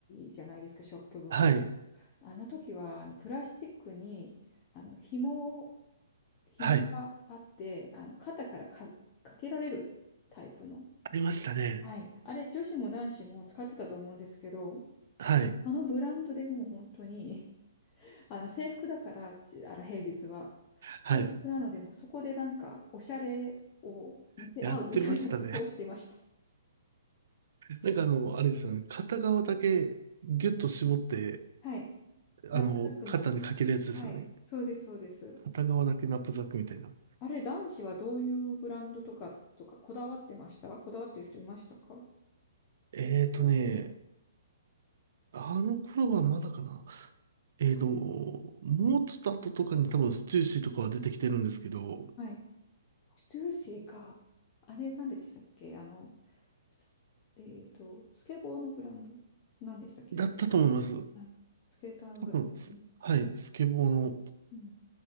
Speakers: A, on the left; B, on the right.
A: じゃないですか、ショップ袋。
B: はい、
A: あの時は、あの、プラスチックに、あの、紐を、紐があって、
B: はい、
A: あの、肩からか、かけられるタイプの。
B: ありましたね。
A: はい。あれ、女子も男子も使ってたと思うんですけど、
B: はい、
A: あのブランドでもう本当にあの制服だから、ちあの平日は。
B: はい、
A: 制服なので、もうそこでなんか、おしゃれを見せ合うみたいなことをしてました。
B: やってましたね。<laughs> なんかあの、あれですよね、片側だけギュッと絞って、
A: はい。
B: あの、
A: 中田くんの。
B: 肩にかけるやつですよね。
A: はい。そうです、そうです。
B: 片側だけナップサックみたいな。
A: あれ、男子はどういうブランドとか、とか、こだわってましたこだわってる人いましたか
B: えーとね、あの頃はまだかな。えーと、もうちょっと後とかに多分ステューシーとかは出てきてるんですけど、
A: はい。ステューシーか。あれ、なんでしたっけあの、すえっと、スケボーのブランド。なんでしたっけさっき、
B: だったと思います。
A: はい。スケーターのブランドですよね。
B: 多分す、はい、スケボーの。
A: うん。